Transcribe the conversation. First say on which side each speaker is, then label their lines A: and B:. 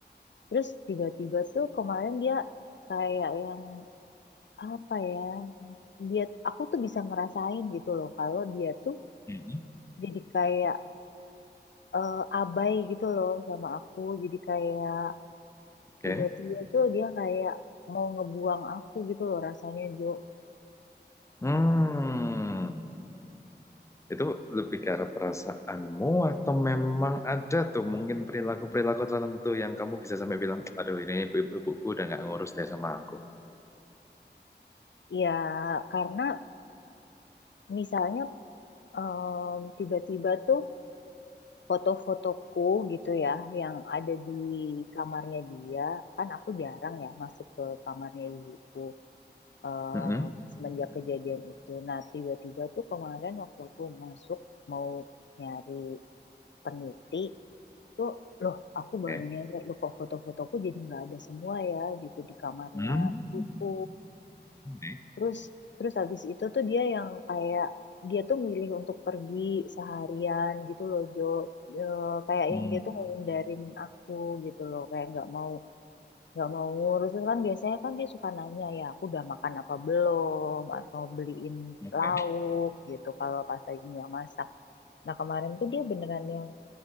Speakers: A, on the left; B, on the left.
A: Terus tiba-tiba tuh kemarin dia kayak yang apa ya? Dia aku tuh bisa ngerasain gitu loh kalau dia tuh
B: Mhm.
A: jadi kayak eh, abai gitu loh sama aku. Jadi kayak
B: Oke.
A: tiba-tiba tuh dia kayak mau ngebuang aku gitu loh rasanya Jo.
B: Hmm. Itu lebih ke arah perasaanmu atau memang ada tuh mungkin perilaku-perilaku tertentu yang kamu bisa sampai bilang, aduh ini ibu- ibuku udah nggak ngurus deh sama aku.
A: Ya karena misalnya em, tiba-tiba tuh foto-fotoku gitu ya yang ada di kamarnya dia, kan aku jarang ya masuk ke kamarnya ibuku eh,
B: Mm-mm.
A: semenjak kejadian itu. Nah tiba-tiba tuh kemarin waktu aku masuk mau nyari peneliti tuh loh aku baru
B: Oke.
A: nyadar loh kok foto-fotoku jadi nggak ada semua ya gitu di kamarnya
B: Hmm.
A: ibuku
B: Oke.
A: terus terus habis itu tuh dia yang kayak dia tuh milih untuk pergi seharian gitu loh Jo Eh, kayak
B: Hmm.
A: yang dia tuh ngehindarin aku gitu loh kayak nggak mau nggak mau ngurus Terus kan biasanya kan dia suka nanya ya aku udah makan apa belum atau beliin
B: Oke.
A: lauk gitu kalau pas lagi nggak masak nah kemarin tuh dia beneran yang